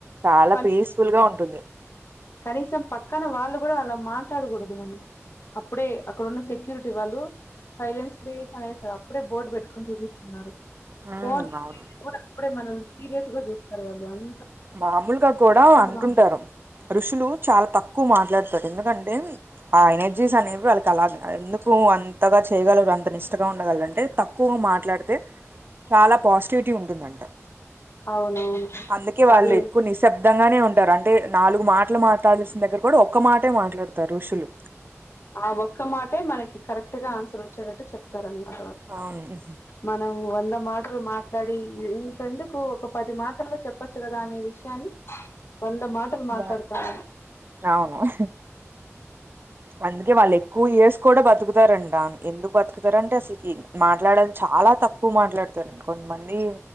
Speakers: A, on the right; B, on the left.
A: చాలా
B: కానీ
A: పీస్ఫుల్ గా ఉంటుంది
B: కనీసం పక్కన వాళ్ళు కూడా అలా మాట్లాడకూడదు మనం అప్పుడే అక్కడన్న సెక్యూరిటీ వాళ్ళు సైలెన్స్ ప్లీస్ అనేసి అప్పుడే బోర్డు పెట్టుకని తిరుగుతూన్నారు
A: ఉమ్
B: ఫోన్ రింగ్
A: అవును
B: <unintelligible> అపుడే మన సీరియస్ గా చూస్తర్ కదండి వాళ్ళు
A: మామూలుగా
B: పీస్ఫుల్
A: కూడా అంటుంటారు
B: గా ఉంది.
A: ఋషి షులు చాలా తక్కువ మాట్లాడతారు ఎందుకంటే ఆ ఎనర్జీస్ అనేవి వాళ్ళకి అలా ఎందుకు అంతగా చేయగలర్ అంత నిష్టగా ఉండగలర్ అంటే తక్కువ మాట్లాడితే చాలా పాజిటివిటీ ఉంటుంది అంటా
B: అవునవును
A: అందుకే వాళ్ళు
B: అదే
A: ఎక్కువ నిశబ్ ద్ధంగానే ఉంటారు అంటే నాలుగు మాటలు మాట్లాడాల్సిన దగ్గర కూడా ఒక్క మాటే మాట్లాడతారు ఋషులు
B: ఆ ఒక్క మాటే మనకి కరెక్ట్ గా ఆన్సర్ వచ్చేటట్టు చెప్తారన్ అ
A: అవును
B: మనం వంద మాటలు మా ట్లాడి ఇంతెందుకు ఒక పది మాటల్లో చెప్పచ్చు కదా అనే విషయాన్ని వంద మాటలు మాట్లాడతాము
A: వా- అవును అందుకే వాళ్ళు ఎక్కువ ఇయర్స్ కూడా బతుకుత తారు ఎందుకు బతుకుతార అంటే అసలుకి మాట్లాడ చాలా తక్కువ మాట్లాడుతార్ అని కొంతమంది